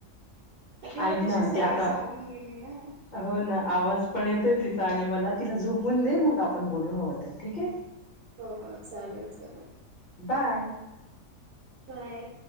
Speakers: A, on the right; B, on the left.
A: तिला
B: ऐक
A: तशी
B: ना
A: सवयच
B: ते आता
A: लागून गेली ना.
B: हो ना आवाज पण येतोय तिचा आणि मला तिला झोपून दे मग आपण बोलू हवं तर ठीक आहे.
A: हो, हो, चालेल चालेल.
B: बाय.
A: बाय.